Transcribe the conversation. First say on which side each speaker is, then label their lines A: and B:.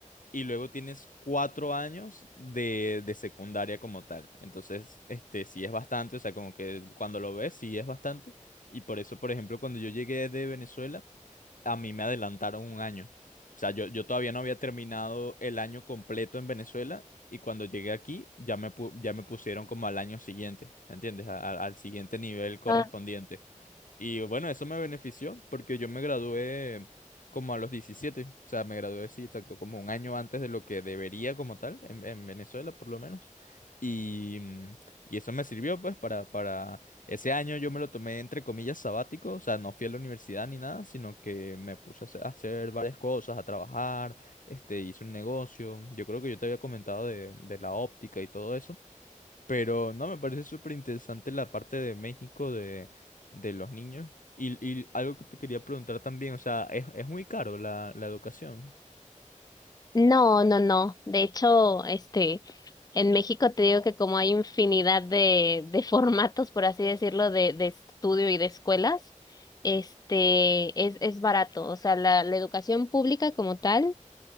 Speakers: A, on the left (about 80°); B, on the left (about 30°).
A: y luego tienes cuatro años de, de secundaria como tal. Entonces, este, sí es bastante, o sea, como que cuando lo ves, sí es bastante. Y por eso, por ejemplo, cuando yo llegué de Venezuela, a mí me adelantaron un año. O sea, yo, yo todavía no había terminado el año completo en Venezuela y cuando llegué aquí ya me, pu- ya me pusieron como al año siguiente, ¿me entiendes? A- a- al siguiente nivel correspondiente.
B: ah.
A: Y bueno, eso me benefició porque yo me gradué como a los diecisiete O sea, me gradué, sí, exacto, como un año antes de lo que debería como tal, en, en Venezuela por lo menos. Y, mm, y eso me sirvió pues para, para... Ese año yo me lo tomé entre comillas sabático, o sea, no fui a la universidad ni nada, sino que me puse a hacer a hacer varias cosas, a trabajar, este, hice un negocio. Yo creo que yo te había comentado de, de la óptica y todo eso. Pero no, me parece súper interesante la parte de México de, de los niños. Y, y algo que te quería preguntar también, o sea, es, es muy caro la, la educación.
B: No, no, no. De hecho, este, en México te digo que como hay infinidad de, de <laughs> formatos, por así decirlo, de, de estudio y de escuelas, este, es, es barato. O sea, la, la educación pública como tal.